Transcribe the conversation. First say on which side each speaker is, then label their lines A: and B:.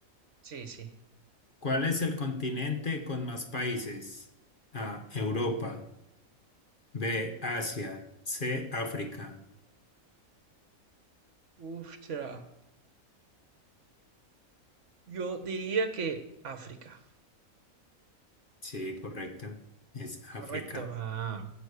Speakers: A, on the right (about 60°); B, on the left (about 40°).
A: Sí, sí.
B: ¿Cuál es el continente con más países? A. Europa. B. Asia. C. África.
A: Uf, ya. Yo diría que África.
B: Sí, correcto. Es
A: Correcto.
B: África.
A: Ah,